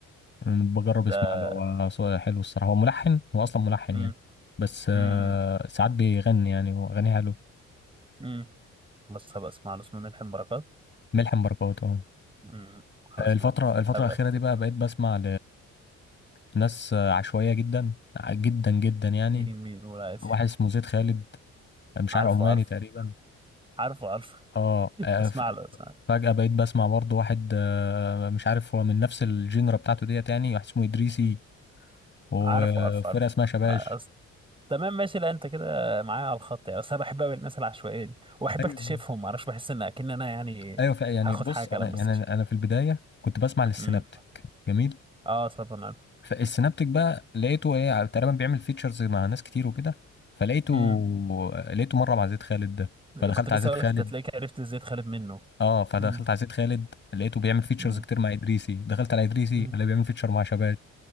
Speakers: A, on the left; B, on the right.
A: أمم، بجرب
B: ده
A: اسمع له هو صوته حلو الصراحه هو ملحن هو اصلا ملحن
B: امم
A: يعني بس آه،
B: امم
A: ساعات بيغني يعني واغانيه حلو
B: امم خلاص هبقى اسمع له اسمه ملحم بركات
A: ملحم بركات اه
B: مم. خلاص
A: الفتره
B: ما
A: الفتره
B: هبقى
A: الاخيره
B: اكتب
A: دي بقى بقيت بسمع لناس عشوائيه جدا جدا جدا يعني
B: مين مين نقول عادي
A: واحد اسمه زيد خالد مش
B: عارفه
A: عارف عماني
B: عارفه
A: تقريبا
B: عارفه عارفه <laughs>
A: اه آه،
B: بسمع
A: ف-
B: له بسمع له
A: فجأة بقيت بسمع برضه واحد آه، مش عارف هو من نفس الجينرا بتاعته ديت يعني واحد اسمه إدريسي
B: مم.
A: وفرقة
B: عارفه عارفه عارفه
A: اسمها شباش
B: أصل. تمام ماشي لا انت كده معايا على الخط يعني اصل انا بحب قوي الناس العشوائيه دي وبحب
A: ايوه
B: اكتشفهم معرفش بحس ان اكن انا يعني
A: ايوه ف- يعني
B: هاخد
A: بص
B: حاجه
A: انا
B: لما استكشف
A: يعني انا أنا في البداية كنت بسمع للسينابتك
B: امم
A: جميل
B: اه طبعا عارف
A: فالسينابتك بقى لقيته ايه تقريبا بيعمل فيتشرز مع ناس كتير وكده فلقيته
B: امم
A: لقيته مرة مع زيد خالد ده فدخلت
B: كنت لسه
A: على زيد
B: اقول
A: خالد
B: لك انت تلاقيك عرفت ازاي تخالف منه
A: اه فدخلت
B: امم
A: على زيد خالد لقيته بيعمل فيتشرز
B: امم
A: كتير مع ادريسي دخلت على ادريسي
B: <laughs>
A: اللي
B: آه,
A: بيعمل فيتشر مع شباب